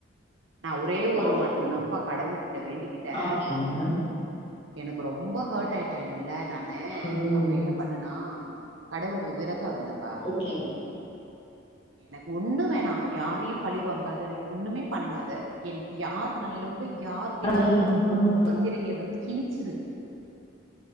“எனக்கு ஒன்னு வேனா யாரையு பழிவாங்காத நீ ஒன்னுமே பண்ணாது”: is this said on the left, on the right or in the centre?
Right